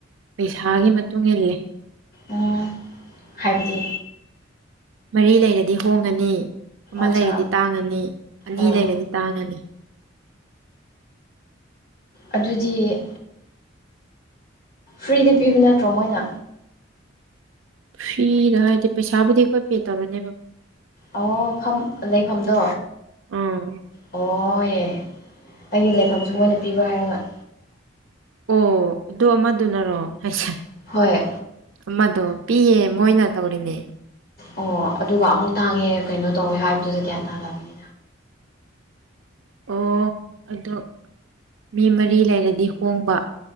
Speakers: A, on the right; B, on the left.
A: ꯄꯩꯁꯥꯒꯤ ꯃꯇꯨꯡ ꯏꯜꯂꯦ
B: ꯑꯣ ꯍꯥꯏꯕꯗꯤ
A: ꯃꯔꯤ ꯂꯩꯔꯗꯤ ꯍꯣꯡꯉꯅꯤ ꯑꯃ
B: ꯑꯠꯆꯥ
A: ꯂꯩꯔꯗꯤ ꯇꯥꯡꯉꯅꯤ ꯑꯅꯤ
B: ꯑꯣ
A: ꯂꯩꯔꯗꯤ ꯇꯥꯡꯉꯅꯤ
B: ꯑꯗꯨꯗꯤ ꯐ꯭ꯔꯤꯗ ꯄꯤꯕ ꯅꯠꯇ꯭ꯔꯣ ꯃꯣꯏꯅ
A: ꯐꯤꯗꯥ ꯍꯥꯏꯗꯤ ꯄꯩꯁꯥꯕꯨꯗꯤ ꯑꯈꯣꯏ ꯄꯦꯠ ꯇꯧꯔꯅꯦꯕ
B: ꯑꯣ ꯐꯝ ꯂꯩꯐꯝꯗꯣ
A: ꯑꯥ
B: ꯑꯣꯌꯦ ꯑꯩꯒꯤ ꯂꯩꯐꯝꯁꯨ ꯃꯣꯏꯅ ꯄꯤꯕ ꯍꯥꯏꯔꯒ
A: ꯑꯣ ꯑꯗꯨ ꯑꯃꯗꯨꯅꯔꯣ ꯍꯥꯏꯁꯦ
B: ꯍꯣꯏ
A: ꯑꯃꯗꯣ ꯄꯤꯌꯦ ꯃꯣꯏꯅ ꯇꯧꯔꯤꯅꯦ
B: ꯑꯣ ꯑꯗꯨꯒꯥ ꯑꯃꯨꯛ ꯇꯥꯡꯉꯦ ꯀꯩꯅꯣ ꯇꯧꯋꯦ ꯍꯥꯏꯕꯗꯨꯗ ꯒ꯭ꯌꯥꯟ ꯇꯥꯗꯝꯅꯤ
A: ꯑꯣ ꯑꯗꯣ ꯃꯤ ꯃꯔꯤ ꯂꯩꯔꯗꯤ ꯍꯣꯡꯕ